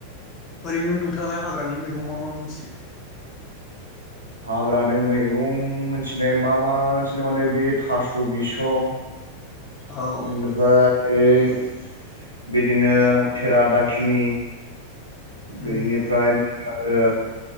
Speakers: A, on the left (about 30°); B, on the right (about 80°).
A: ओरैनो नोंथाङालाय हाग्रानि मैगं मा मा मिथियो
B: हाग्रानि मैगं मिथिनाय मा माथिनो माने बे थास' बिसं
A: औ
B: इनिफ्राय ओइ बिदिनो फेरा दाखिनि बेनिफ्राय
A: उम
B: आरो